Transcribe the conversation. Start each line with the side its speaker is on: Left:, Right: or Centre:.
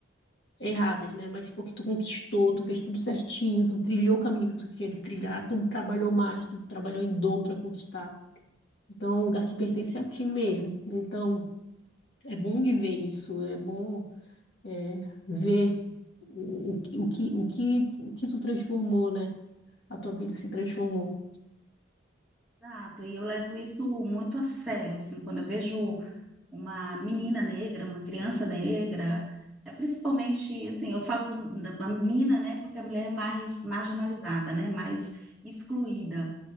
Left: erradas, né? Mas porque tu conquistou, tu fez tudo certinho, tu trilhou o caminho que tu tinha que trilhar, tu trabalhou mais, tu trabalhou em dobro para conquistar. Então, é um lugar que pertence a ti mesmo. Então, é bom de ver isso, é bom é, ver o, o, que, o, que, o, que, o que tu transformou, né? A tua vida se transformou.
Centre: Exato, e eu levo isso muito a sério, assim, quando eu vejo uma menina negra, uma criança negra, é principalmente, assim, eu falo do- da da menina, né, porque a mulher é mais marginalizada, né, mais excluída,